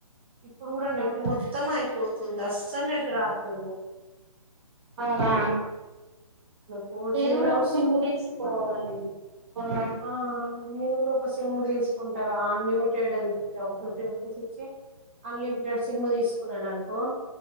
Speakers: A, on the right; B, on the right.
A: ఇప్పుడు కూడా నెట్
B: ఆహా
A: మొత్తం అయిపోతుంది అస్సలు నెట్ రాదు లేదు <inaudible>
B: అవునా
A: ఫోర్
B: నేను
A: జీనే
B: కూడా ఒక
A: వస్తుంది
B: సిమ్ తీసుకోవాలి అవునా
A: ఆ నేను కూడా ఒక సిమ్ తీసుకుంటారా అన్లిమిటెడ్, ఒక ఫిఫ్టీ రూపీస్ ఇచ్చి అన్లిమిటెడ్ సిమ్ తీసుకున్నాను అనుకో